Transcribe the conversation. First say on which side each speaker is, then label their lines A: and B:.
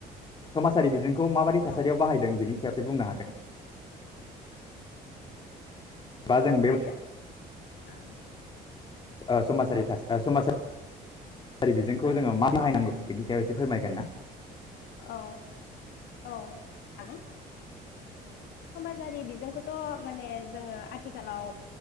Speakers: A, on the left; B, on the left.
A: समाजारि बिजों खौ माबोरै थासारियाव
B: औ
A: बाहायदों बेनि सायाव एसे बुंनो हागोन। बा
B: औ
A: जों
B: हायो आ
A: ओ समासारि थास समासा रि बिजोंखौ
B: औ
A: जोंङो मा बाहायनांगौ। बिनि सायाव इसे फोरमायगोन ना।
B: औ औ हागोन। समाजारि बिजोंखोथ माने जोंङो आथिखालाव